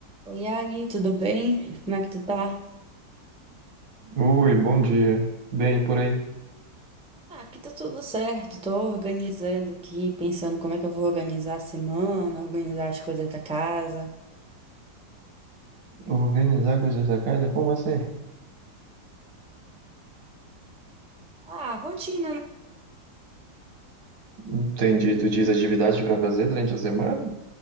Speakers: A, in the centre; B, on the right.
A: Oi, aí, tudo bem? Como é que tu tá?
B: Oi, bom dia. Bem, por aí.
A: Ah, aqui tá tudo certo. Tô organizando aqui, pensando como é que eu vou organizar a semana, organizar as coisas da casa.
B: Organizar coisas da casa? Como assim?
A: Ah, rotina, né?
B: Entendi. Tu diz atividades para fazer durante a semana?